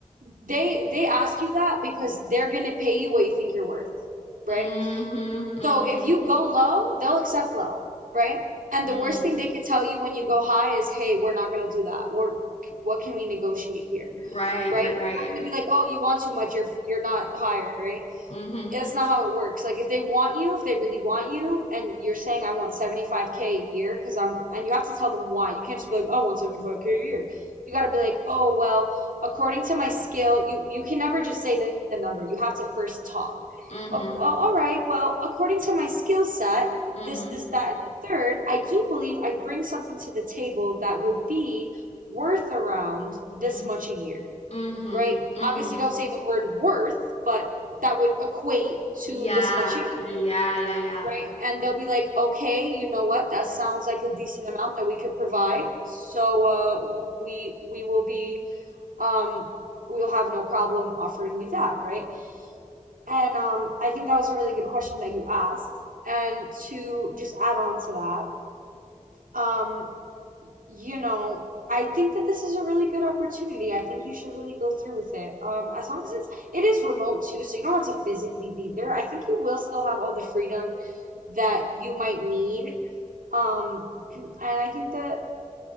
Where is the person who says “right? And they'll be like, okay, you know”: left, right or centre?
Right